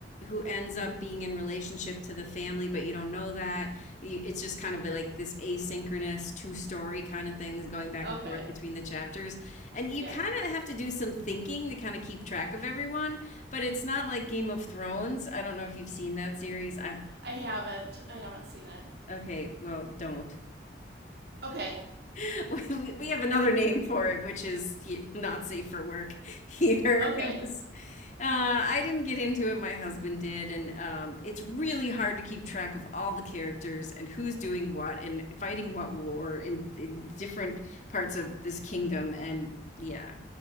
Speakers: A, on the left; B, on the right.
A: who ends up being in relationship to the family but you don't know that You- it's just kind of like this asynchronous two story kind of things going back
B: Okay.
A: and forth between the chapters and you
B: Yeah.
A: kind of have to do some thinking to kind of keep track of everyone but it's not like game of thrones i don't know if you've seen that series i've
B: I haven't I haven't seen it.
A: okay well don't
B: Okay.
A: <laughs> we, we- have another name for it, which is he- not safe for work here.
B: Okay.
A: <laughs> It was, uh, I didn't get into it, my husband did, and um, it's really hard to keep track of all the characters and who's doing what and fighting what war in, in different parts of this kingdom. And yeah,